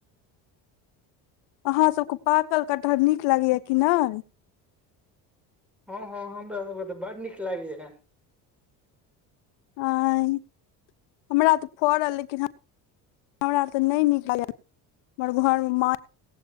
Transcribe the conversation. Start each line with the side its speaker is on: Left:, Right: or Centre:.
Left: अहाँसभ कऽ पाकल कटहर नीक लागैए यऽ कि नाइ
Centre: हँ हँ हमरा सबके तऽ बड़ नीक लागैए
Left: आय हमरा तऽ फड़ल लेकिन हमरा तऽ नहि नीक लागल हमर घर म माँ